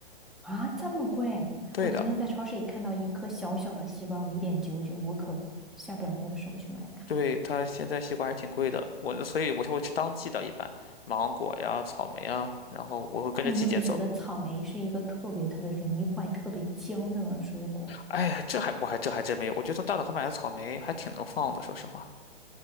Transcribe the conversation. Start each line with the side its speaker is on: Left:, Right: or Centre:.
Centre: 啊，这么贵！
Left: 对的，
Centre: 我昨天在超市里看到一颗小小的西瓜，五点九九，我可下不了那个手去买它。
Left: 对，它现在西瓜还是挺贵的。我所以我就会吃当季的，一般芒果呀、草莓啊，然后我会跟着季节走。
Centre: 哎，你有没有觉得草莓是一个特别特别容易坏、特别娇嫩的水果？
Left: 哎呀，这还我还这还真没有，我觉得从大董后买的草莓还挺能放的，说实话。